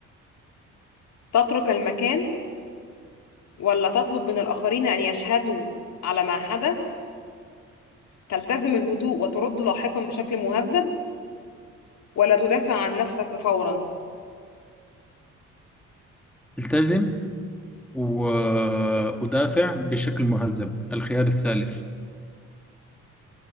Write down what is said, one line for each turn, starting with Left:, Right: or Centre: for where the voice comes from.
Left: تترك المكان ولا تطلب من الآخرين أن يشهدوا على ما حدث تلتزم الهدوء وترد لاحقا بشكل مهذب ولا تدافع عن نفسك فورا؟
Centre: التزم وأدافع بشكل مهذب الخيار الثالث